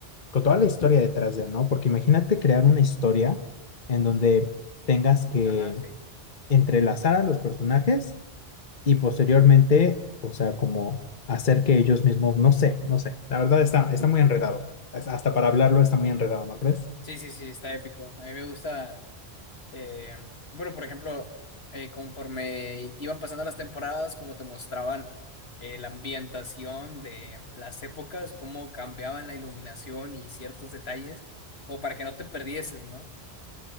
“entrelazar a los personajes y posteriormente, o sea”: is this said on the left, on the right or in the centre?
Left